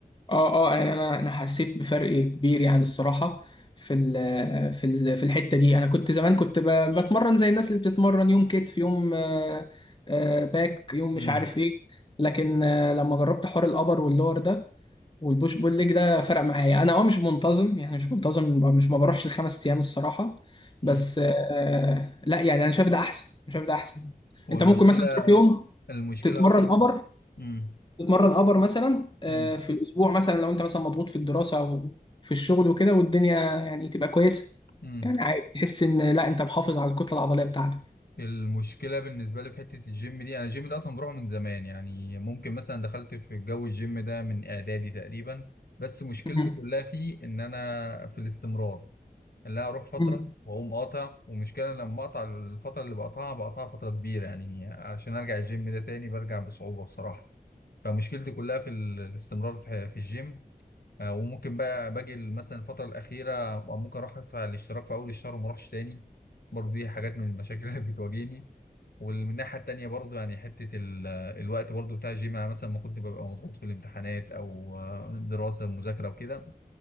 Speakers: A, on the left; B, on the left.
A: اه اه يعني انا انا حسيت بفرق كبير يعني الصراحه في ال في ال في الحته دي انا كنت زمان كنت ب- بتمرن زي الناس اللي بتتمرن يوم كتف يوم آه، آه، باك يوم
B: امم
A: مش عارف ايه لكن آه، لما جربت حوار الابر واللور ده والبوش بول ليج ده فرق معايا انا اه مش منتظم يعني مش منتظم مش ما بروحش الخمس ايام الصراحه
B: امم
A: بس آه، لا يعني انا شايف ده احسن أنا شايف ده احسن
B: هو
A: انت
B: المشكله
A: ممكن مثلا تروح يوم
B: المشكله
A: تتمرن
B: اصلا في-
A: ابر
B: امم
A: تتمرن ابر مثلا آه،
B: امم
A: في الاسبوع مثلا لو انت مثلا مضغوط في الدراسه او في الشغل وكده والدنيا يعني تبقى كويسه
B: امم
A: يعني عادي تحس ان لا انت محافظ على الكتله العضليه بتاعتك
B: المشكله بالنسبه لي في حته الجيم دي انا الجيم ده اصلا بروحه من زمان يعني ممكن مثلا دخلت في جو الجيم ده من اعدادي تقريبا بس مشكلتي
A: مم.
B: كلها فيه ان انا في الاستمرار اللي انا اروح فتره
A: مم.
B: واقوم قاطع ومشكله لما اقطع الفتره اللي بقطعها بقطعها فتره كبيره يعني عشان ارجع الجيم ده تاني برجع بصعوبه بصراحه فمشكلتي كلها في ال- الاستمرار في في الجيم آه، وممكن بقى باجي مثلا الفتره الاخيره ممكن اروح ادفع الاشتراك في اول الشهر وما اروحش تاني برضه دي حاجات من المشاكل <laughs> اللي بتواجهني ومن الناحيه التانيه برضه يعني حته ال- الوقت برضه بتاع الجيم انا مثلا ما كنت ببقى مضغوط في الامتحانات او آه، دراسه مذاكره وكده